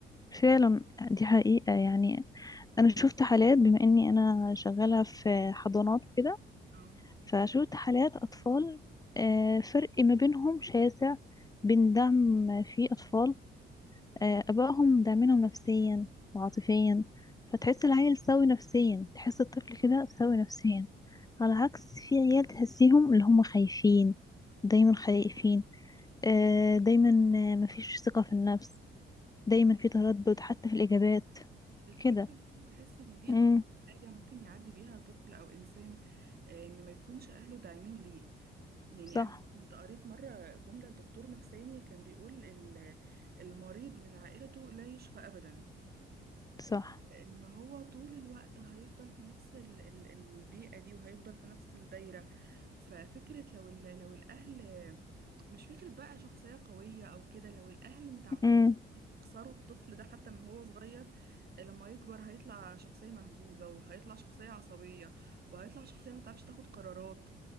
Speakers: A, on the left; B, on the right.
A: فعلا دي حقيقة يعني أنا شفت حالات بما إني أنا شغالة في حضانات وكده
B: اه
A: فشفت حالات أطفال آه، فرق ما بينهم شاسع بين دعم في أطفال آه، آبائهم داعمينهم نفسيا وعاطفيا فتحس العيل سوي نفسيا تحس الطفل كده سوي نفسيا على عكس في عيال تحسيهم اللي هم خايفين دايما خايفين آه، دايما آه، مفيش ثقة في النفس دايما
B: ال-
A: في تردد حتى في الإجابات
B: الفكرة
A: كده
B: إن أنا بحس إن دي
A: امم
B: أصعب حاجة ممكن يعدي بيها طفل أو إنسان آه، إن ما يكونش أهله داعمين ليه يعني
A: صح
B: أنا كنت قريت مرة جملة لدكتور نفساني كان بيقول ال- المريض من عائلته لا يشفى أبدا
A: صح
B: لأن هو طول الوقت هيفضل في نفس ال- ال- البيئة دي وهيفضل في نفس الدايرة ففكرة لو ال- لو الأهل مش فكرة بقى شخصية قوية أو كده لو الأهل متع-
A: امم
B: متعودين يكسروا الطفل ده حتى من هو صغير لما يكبر هيطلع شخصية مهزوزة وهيطلع شخصية عصبية وهيطلع شخصية متعرفش تاخد قرارات